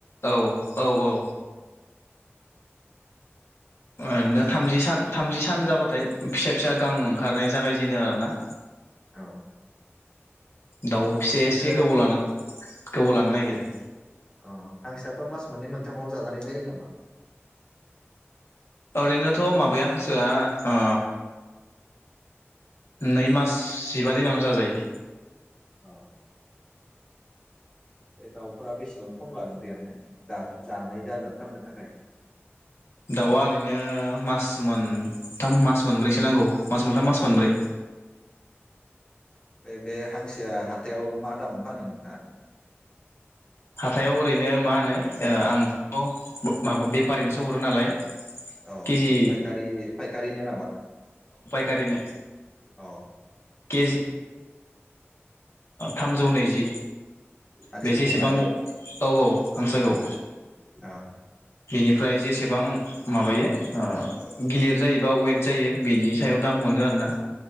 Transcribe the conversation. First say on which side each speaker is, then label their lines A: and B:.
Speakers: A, on the left; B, on the left.
A: औ औ औ ओरैनो थामजि सान थामजि सान जाबाथाय फिसा फिसा गां ओंखारनाय जागायजेनो आर ना
B: औ
A: दाउ फिसाया
B: बिदिनो
A: एसे गोबाव लानानै गोबाव लानो नागिरो
B: अ हांसोआथ' मास मोननै मोनथामाव जाजानाय जायो नामा?
A: ओरैनोथ' माबाया हांसोआ ओ नै मास जिबा दिनावनो जाजायो
B: औ ओय दाउफोरा बेसेबां सम लागोन देरनो जा-जानो जाजाथारनो थाखाय।
A: दाउआ ओरैनो मा मोनथाम मास मोनब्रैसो नांगौ मास मोनथाम मास मोनब्रै
B: बे बे हांसोया हाथायाव मा दाम फानो नोंथाङा?
A: हाथायाव ओरैनो मा होनो आंथ' माबा बेफारिनोसो हरो नालाय
B: औ
A: केजि
B: फायखारि फायखारि नो नामा?
A: गारिनो
B: अ
A: के जि थामजौ नैजि
B: हांसोखौ
A: बे जेसेबां
B: ना
A: औ औ हांसोखौ
B: औ
A: निफ्राय जेसेबां माबायो ओ गिलिर जायोबा वेट जायो बिदि सायाव दाम मोनो आरो ना